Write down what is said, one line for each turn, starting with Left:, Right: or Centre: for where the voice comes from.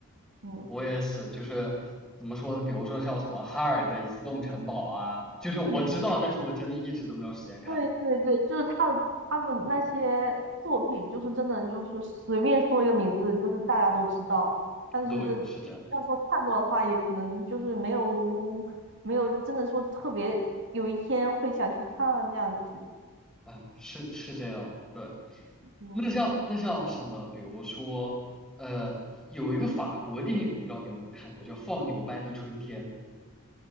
Right: 嗯。
Centre: 我也是，就是怎么说呢？比如说像什么哈尔的移动城堡啊，就是我知道，
Right: 嗯，
Centre: 但是我真的一直都没有时间看。
Right: 对对对，就是他的他的那些作品，就是真的就是随便说一个名字，就是大家都知道。但是要说看过的话，
Centre: 对，是这样
Right: 也可能就是没有没有真的说特别有一天会想去看这样子。
Centre: 啊，是是这样的，对。
Right: 嗯，
Centre: 那像那像什么，比如说，呃，有一个法国电影，我不知道你有没有看过，叫《放牛班的春天》。